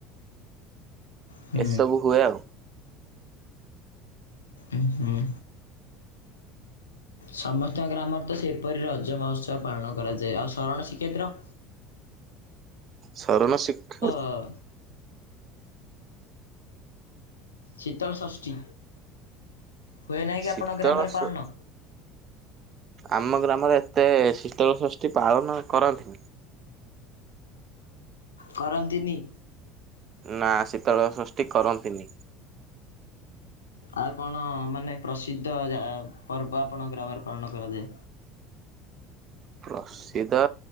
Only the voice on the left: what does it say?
ହୁଁ
ଉଁହୁଁ। ସମସ୍ତଙ୍କ ଗ୍ରାମରେ ତ ସେପରି ରଜ ମହୋତ୍ସବ ପାଳନ କରାଯାଏ ଆଉ ଶରଣ ଶ୍ରୀକ୍ଷେତ୍ର?
ହଁ। ଶୀତଳଷଷ୍ଠୀ ହୁଏ ନାହିଁ କି
ଆପଣଙ୍କ ଗ୍ରାମରେ
ପାଳନ?
କରନ୍ତିନି?
ଆଉ କଣ ମାନେ ପ୍ରସିଦ୍ଧ ଯାଆ ପର୍ବ ଆପଣଙ୍କ ଗ୍ରାମରେ ପାଳନ କରାଯାଏ?